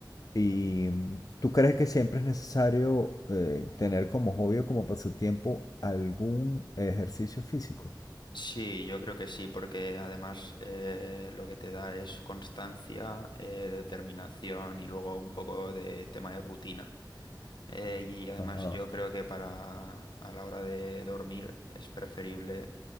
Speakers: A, on the left (about 50°); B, on the left (about 75°).
A: ¿Y mm, tú crees que siempre es necesario eh, tener como hobby o como pasatiempo algún ejercicio físico?
B: Sí, yo creo que sí, porque además eh, lo que te da es constancia, eh, determinación y luego un poco de tema de rutina. Eh, y además
A: Ajá.
B: yo creo que para a la hora de dormir es preferible